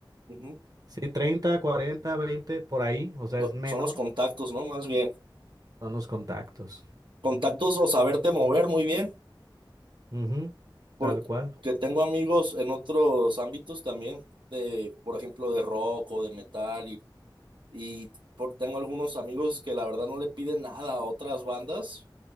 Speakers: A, on the right; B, on the right.
A: Ujú.
B: Sí, 30 40 20 por ahí, o sea,
A: Lo-
B: es menor,
A: Son los contactos, ¿no? Más bien.
B: son los contactos.
A: Contactos o saberte mover muy bien,
B: Ujú,
A: porque
B: tal cual.
A: tengo amigos en otros ámbitos también, de, por ejemplo, de rock o de metal, y, y por- tengo algunos amigos que la verdad no le piden nada a otras bandas